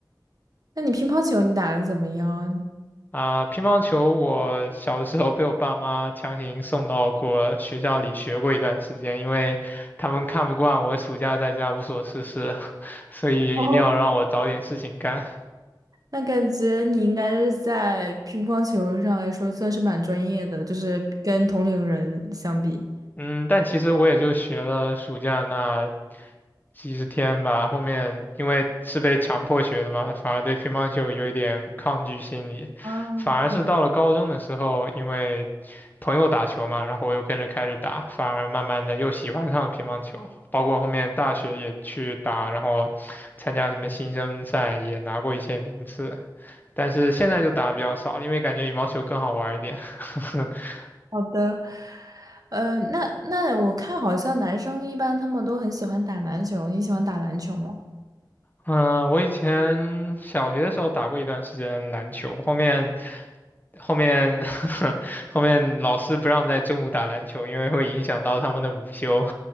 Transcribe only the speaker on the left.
啊，乒乓球我小的时候被我爸妈强行送到过学校里学过一段时间，因为他们看不惯我暑假在家无所事事，<laughs> 所以一定要让我找点事情干。
嗯，但其实我也就学了暑假那几十天吧，后面因为是被强迫学的嘛，反而对乒乓球有一点抗拒心理，
反而是到了高中的时候，因为朋友打球嘛，然后我又跟着开始打，反而慢慢的又喜欢上了乒乓球，包括后面大学也去打，然后参加什么新生赛也拿过一些名次，但是现在就打的比较少，因为感觉羽毛球更好玩儿一点。<laughs>
嗯，我以前小学的时候打过一段时间篮球，后面后面 <laughs> 后面老师不让在中午打篮球，因为会影响到他们的午休。